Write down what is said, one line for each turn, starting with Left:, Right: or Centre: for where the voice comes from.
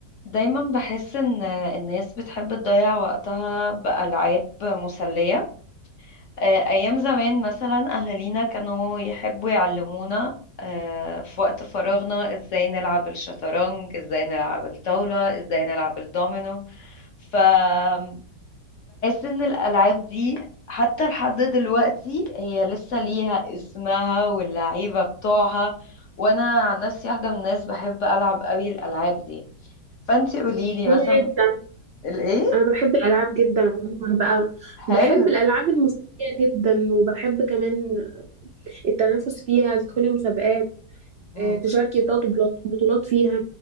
Left: دايما بحس ان الناس بتحب تضيع وقتها بألعاب مسلية آه، ايام زمان مثلا اهالينا كانوا يحبوا يعلمونا آه، في وقت فراغنا ازاي نلعب الشطرنج ازاي نلعب الطاولة ازاي نلعب الدومينو فبحس ان الالعاب دي حتى لحد دلوقتي هي لسه ليها اسمها واللعيبة بتوعها وانا عن نفسي واحدة من الناس بحب العب قوي الالعاب دي فانتي قوليلي
Right: وانا
Left: مثلا
Right: جدا
Left: الايه
Right: انا بحب الالعاب جدا عموما بقى
Left: حلو
Right: بحب الالعاب الموسيقيه جدا وبحب كمان التنافس فيها تدخلي مسابقات
Left: مم.
Right: آه، تشاركي وتاخدي بلاط- بطولات فيها